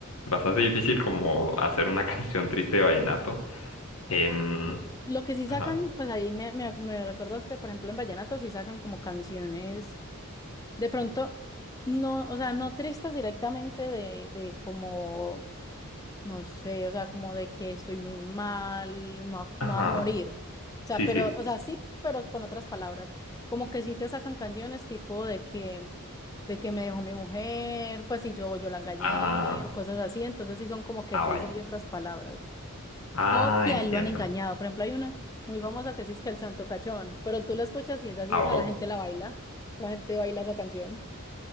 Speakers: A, on the left; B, on the left.
A: bastante difícil como hacer una <laughs> canción triste de vallenato. Em,
B: Lo que sí sacan,
A: ajá.
B: pues ahí me, me, me recordaste, por ejemplo, en vallenato sí sacan como canciones, de pronto, no, o sea, no tristes directamente de, de como, no sé, o sea, como de que estoy muy mal, me va-
A: Ajá,
B: me voy a morir. O sea,
A: sí,
B: pero,
A: sí.
B: o sea, sí, pero con otras palabras, como que sí te sacan canciones tipo de que, de que me dejó mi mujer, pues si yo, yo la engañé
A: Ah,
B: o cosas así, entonces sí son como que
A: ah,
B: te
A: vaya.
B: dicen de otras palabras
A: Ah,
B: o que
A: entiendo.
B: a él lo han engañado. Por ejemplo, hay una muy famosa que sí es que el Santo Cachón, pero tú la escuchas y es así,
A: Ah,
B: o
A: wow.
B: sea, la gente la baila, la gente baila esa canción.